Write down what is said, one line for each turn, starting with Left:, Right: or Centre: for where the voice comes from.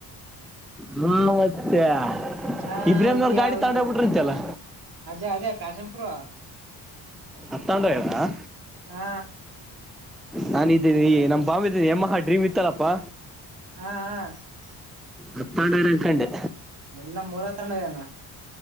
Centre: ಹ್ಮ್ ಮತ್ತೆ
Right: ಹಾ
Centre: ಇಬ್ರಾಹಿಂನವ್ರ
Right: ಉದಿಯ
Centre: ಗಾಡಿ
Right: ಉಲಿಯಾ.
Centre: ತಗೊಂಡೋಗ್ಬಿಟ್ರಂತೆಲ್ಲ
Right: ಅದೇ ಅದೇ ಪ್ಯಾಷನ್ ಪ್ರೊ
Centre: ಅಡ್ತಗೊಂಡು ಒಗ್ಯಾರ
Right: ಹಾ
Centre: ನಾನು ಇದ್ದೀನಿ ಈ ನಮ್ಮ ಬಂಬ ಇದೀನಿ ಯಮ್ಮಹ ಡ್ರೀಮ್ ಇತ್ತಲ್ಲಪ್ಪಾ
Right: ಹ ಹಾ...
Centre: ಅಡ್ತಗೊಂಡೋಗ್ಯಾರ ಅನ್ಕೊಂಡೆ
Right: ಎಲ್ಲ ಮೂಲ ಹತ್ರನ್ಯನ